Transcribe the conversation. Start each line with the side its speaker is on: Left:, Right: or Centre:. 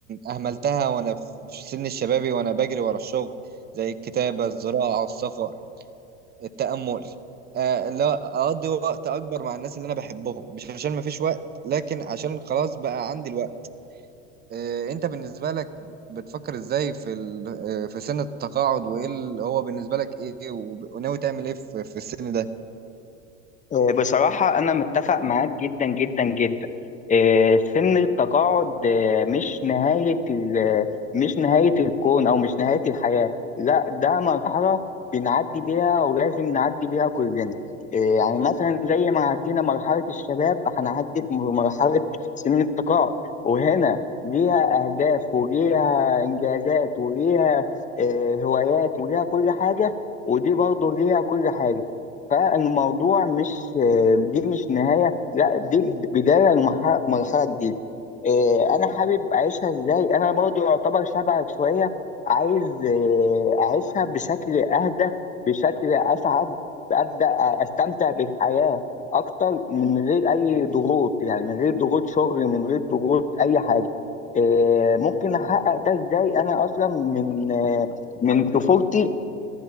Right: اهملتها وانا في سن الشبابي وانا بجري ورا الشغل زي الكتابه الزراعه السفر التامل آه، لا اقضي وقت اكبر مع الناس اللي انا بحبهم مش عشان ما فيش وقت لكن عشان خلاص بقى عندي الوقت إيه، انت بالنسبه لك بتفكر ازاي في ال- آه، في سن التقاعد وايه اللي هو بالنسبه لك ايه وب- وناوي تعمل ايه في في السن ده
Left: آه، بصراحة أنا متفق معاك جدا جدا جدا آه، سن التقاعد آه، مش نهاية ال- آه، مش نهاية الكون أو مش نهاية الحياة لا ده مرحلة بنعدي بيها ولازم نعدي بيها كلنا آه، يعني مثلا زي ما عدينا مرحلة الشباب هنعدي بمرحلة سن التقاعد وهنا ليها أهداف وليها إنجازات وليها آه، هوايات وليها كل حاجة ودي برضه ليها كل حاجة فالموضوع مش دي مش نهاية لا دي بداية لمرحلة مرحلة جديدة إيه، أنا حابب أعيشها إزاي أنا برضو يعتبر شبهك شوية عايز إيه، أعيشها بشكل أهدى بشكل أسعد أبدأ أستمتع بالحياة أكتر من غير أي ضغوط يعني من غير ضغوط شغل من غير ضغوط أي حاجة إيه، ممكن أحقق ده إزاي أنا أصلا من آه، من طفولتي